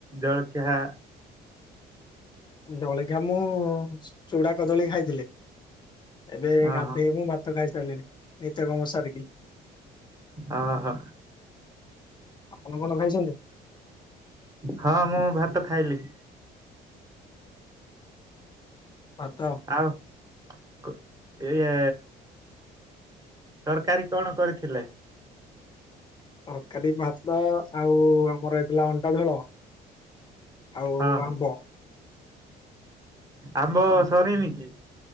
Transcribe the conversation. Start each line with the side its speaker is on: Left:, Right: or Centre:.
Right: ଜଳଖିଆ?
Left: ଜଳଖିଆ ମୁଁ ଚୁଡା କଦଳୀ ଖାଇଥିଲି। ଏବେ
Right: ହଁ
Left: ଗାଧେଇ
Right: ହଁ
Left: ମୁଁ ଭାତ ଖାଇ ସାରିଲିଣିି ନିତ୍ୟକର୍ମ ସାରିକି।
Right: ଓ ହୋ।
Left: ଆପନ କଣ ଖାଇଚନ୍ତି?
Right: ହଁ ମୁଁ ଭାତ ଖାଇଲି।
Left: ଭାତ?
Right: ଆଉ କ ଇଏ ତରକାରୀ କଣ କରିଥିଲେ?
Left: ତରକାରୀ ଭାତ ଆଉ ଆମର ହେଇଥିଲା ଅଣ୍ଡା ଝୋଳ। ଆଉ
Right: ହଁ ହଁ
Left: ଆମ୍ବ।
Right: ଆମ୍ବ ସରିନି କି?